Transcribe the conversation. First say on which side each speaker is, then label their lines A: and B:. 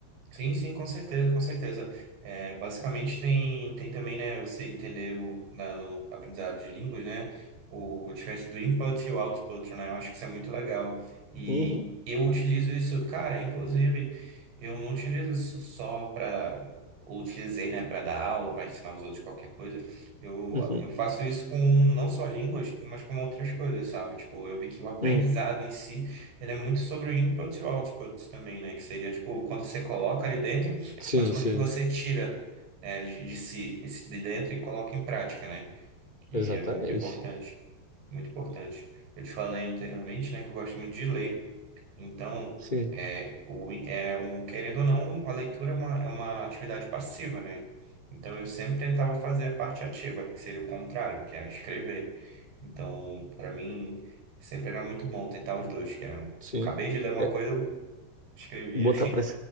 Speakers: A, on the right; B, on the left.
A: Sim, sim, com certeza, com certeza. É, basicamente tem, tem também, né, você entender o, na, no aprendizado de línguas, né, o, o diferente do input e o output, né, eu acho que isso é muito legal. E
B: Uhum,
A: eu utilizo isso, cara, inclusive, eu não utilizo isso só para, utilizei, né, para dar aula, para ensinar os outros qualquer coisa. Eu,
B: uhum,
A: eu faço isso com não só línguas, mas com outras coisas, sabe? Tipo, eu vi que o aprendizado
B: uhum.
A: em si ele é muito sobre o input e o output também, né? Que seria, tipo, o quanto você coloca ali dentro,
B: Sim,
A: mas o quanto
B: sim,
A: que você tira, né, de de si, esse de dentro e coloca em prática, né? Que
B: exatamente.
A: é muito importante, muito importante. Eu te falei anteriormente, né, que eu gosto muito de ler. Então,
B: Sim,
A: é, o, é um, querendo ou não, a leitura é uma, é uma atividade passiva, né? Então, eu sempre tentava fazer a parte ativa, que seria o contrário, que era escrever. Então, para mim, sempre era muito bom tentar os dois, que era,
B: sim.
A: acabei de ler uma
B: É,
A: coisa, eu escrevia.
B: botar para